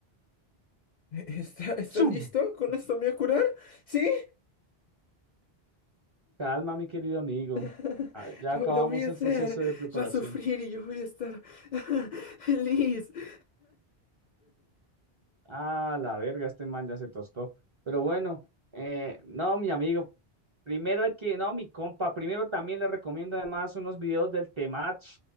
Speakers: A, on the left; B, on the right.
A: ¿Está- ¿Estás
B: ¡Zum!
A: listo? ¿Con esto me voy a curar? ¿Sí?
B: Calma, mi querido amigo.
A: <laughs>
B: Ah, Ya
A: Lo,
B: acabamos
A: lo voy a
B: el
A: hacer.
B: proceso de preparación.
A: Va a sufrir y yo voy a estar <laughs> feliz. <laughs>
B: Ah, la verga, este man ya se tostó. Pero bueno, eh, no, mi amigo, primero hay que, no, mi compa, primero también le recomiendo además unos videos del Temach